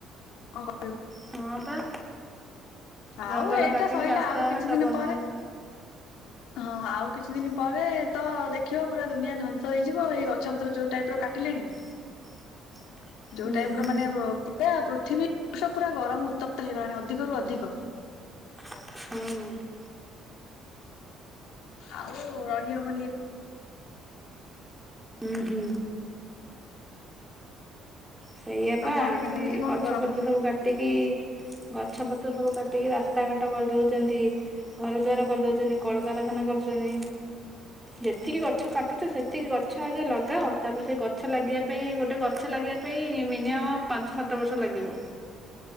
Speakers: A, on the left; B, in the centre.
A: କଣ କ
B: ହଁ ପା।
A: ଆଉ
B: ଜଙ୍ଗଲ
A: ଏଇଟା
B: କାଟିକି
A: ସଇଲା
B: ରାସ୍ତାଘାଟ
A: ଆଉ କିଛି ଦିନ
B: ବନଉଛି।
A: ପରେ ହଁ ଆଉ କିଛି ଦିନ ପରେ ତ ଦେଖିବ ପୁରା ଦୁନିଆ ଧ୍ୱଂସ ହେଇଯିବ। ଏଇ ଗଛ ପତ୍ର ଯୋଉ ଟାଇପର କାଟିଲେଣି।
B: <inaudible>
A: ଯୋଉ
B: ହୁଁ
A: ଟାଇପର
B: ହୁଁ।
A: ମାନେ ଏ ପୃଥିବୀ <inaudible> ପୁରା ଗରମ ଉତ୍ତପ୍ତ ହେଇଗଲାଣି ଅଧିକରୁ ଅଧିକ।
B: ହଁ।
A: ଆଉ ରହିହବନି ଏ
B: ଉଁ ହୁଁ। ସେଇଆପା
A: ତମ ଆଡେ କେମିତି
B: ଏଇ
A: କଣ
B: ଗଛ
A: ଗରମ?
B: ପତ୍ର ସବୁ କାଟିକି ଗଛ ପତ୍ର ସବୁ କାଟିକି ରାସ୍ତା ଘାଟ କରିଦୋଉଚନ୍ତି। ଘର ଦ୍ୱାର କରିଦୋଉଚନ୍ତି, କଳକାରଖାନା କରୁଚନ୍ତି। ଯେତିକି ଗଛ କାଟୁଚ ସେତିକି ଗଛ ଆଗେ ଲଗାଅ ତାପରେ ସେଇ ଗଛ ଲାଗିବା ପାଇଁ ଗୋଟେ ଗଛ ଲା ପାଇଁ ମିନିମମ୍ ପାଞ୍ଚ ସାତ ବର୍ଷ ଲାଗିବ